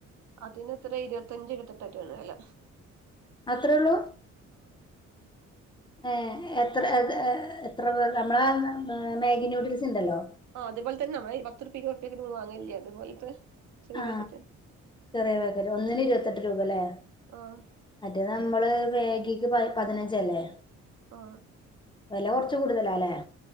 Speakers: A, on the right; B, on the left.
A: അതിനെത്രയാ ഇരുപത്തഞ്ച ഇരുപത്തെട്ടാറ്റാണ് വെല
B: അത്രേള്ളൂ ഏഹ് എത്ര അത് ഏഹ് എത്ര പേർ നമ്മളാ മാഗി നൂഡിൽസിണ്ടല്ലോ
A: ആഹ് അതുപോലെത്തന്നെ നമ്മളെയി പത്രുപ്യ ഇരുപതുറുപ്യക്ക്മ്മ വാങ്ങലില്യേ അതുപോലത്തെ ചെറിയ
B: ആ
A: പാക്കറ്റ്
B: ചെറിയ പാക്കറ്റ് ഒന്നിന് ഇരുപത്തെട്ട് രൂപല്ലേ
A: ഓഹ്
B: മറ്റേ നമ്മള് മേഗിക്ക് പാ പതിനഞ്ചല്ലേ
A: ആ
B: വെല കൊറച്ച് കൂടുതലാല്ലേ